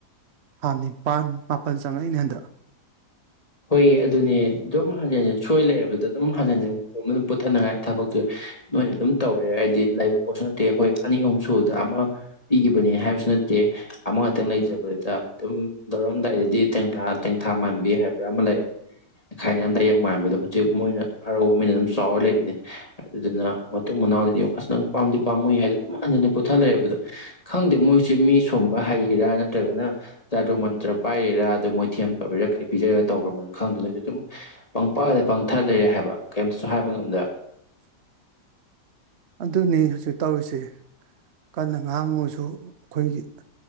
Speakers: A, on the right; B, on the left.
A: ꯊꯥ ꯅꯤꯄꯥꯜ ꯃꯥꯄꯟ ꯆꯪꯉꯛꯏꯅꯦ ꯍꯟꯗꯛ
B: ꯍꯣꯏ ꯑꯗꯨꯅꯦ ꯗꯨꯝ ꯍꯟꯖꯤꯟ ꯍꯟꯖꯤꯟ ꯁꯣꯏ ꯂꯩꯔꯕꯗ ꯑꯗꯨꯝ ꯍꯟꯖꯤꯟ ꯍꯟꯖꯤꯟ ꯀꯣꯝꯗ ꯄꯨꯊꯅꯉꯥꯏ ꯊꯕꯛꯇꯨ ꯅꯣꯏꯅ ꯑꯗꯨꯝ ꯇꯧꯔꯦ ꯍꯥꯏꯗꯤ ꯂꯩꯕ ꯄꯣꯠꯁꯨ ꯅꯠꯇꯦ ꯑꯩꯈꯣꯏ ꯑꯅꯤ ꯑꯍꯨꯝ ꯁꯨꯕꯗ ꯑꯃ ꯄꯤꯈꯤꯕꯅꯤ ꯍꯥꯏꯕꯁꯨ ꯅꯠꯇꯦ ꯇꯦ ꯑꯃꯈꯛꯇꯪ ꯂꯩꯖꯕꯗꯨꯗ ꯑꯗꯨꯝ ꯂꯧꯔꯝꯗꯥꯏꯗꯗꯤ ꯇꯦꯡꯊꯥ ꯇꯦꯡꯊꯥ ꯃꯥꯟꯕꯤ ꯍꯥꯏꯕ ꯄꯨꯔꯥ ꯑꯃ ꯂꯩꯔꯦ ꯈꯥꯏꯅꯔꯝꯗꯥꯏ ꯌꯣꯡ ꯃꯥꯟꯕꯗꯣ ꯍꯧꯖꯤꯛ ꯃꯣꯏꯅ ꯑꯔꯧꯕ ꯃꯤꯅ ꯑꯗꯨꯝ ꯆꯥꯎꯔ ꯂꯩꯕꯅꯤ ꯑꯗꯨꯗꯨꯅ ꯃꯇꯨꯡ ꯃꯅꯥꯎꯗꯗꯤ ꯌꯦꯡꯉꯣ ꯑꯁ ꯅꯪ ꯄꯥꯝꯗꯤ ꯄꯥꯝꯃꯨꯏ ꯍꯦ ꯑꯗꯨꯝ ꯍꯟꯖꯤꯟ ꯍꯟꯖꯤꯟ ꯄꯨꯊ ꯂꯩꯔꯕꯗꯨꯗ ꯈꯪꯗꯦ ꯃꯣꯏꯁꯦ ꯃꯤ ꯁꯨꯝꯕ ꯍꯩꯔꯤꯔ ꯅꯠꯇ꯭ꯔꯒꯅ ꯆꯥꯗꯨ꯭ꯔ ꯃꯟꯇ꯭ꯔ ꯄꯥꯏꯔꯤꯔ ꯃꯣꯏꯊꯦꯝ ꯇꯧꯔꯤꯔ ꯀꯩ ꯄꯤꯖꯔꯒ ꯇꯧꯈ꯭ꯔꯕ ꯈꯪꯗꯦꯟ ꯅꯣꯏꯁꯦ ꯗꯨꯝ ꯄꯪꯄꯗ ꯄꯪꯊ ꯂꯩꯔꯦ ꯍꯥꯏꯕ ꯀꯩꯝꯇꯁꯨ ꯍꯥꯏꯕ ꯉꯝꯗꯦ
A: <inaudible> ꯗꯨꯅꯤ ꯍꯧꯖꯤꯛ ꯇꯧꯔꯤꯁꯦ ꯀꯟꯅ ꯉꯥꯡꯉꯨꯁꯨ ꯑꯈꯣꯏꯒꯤ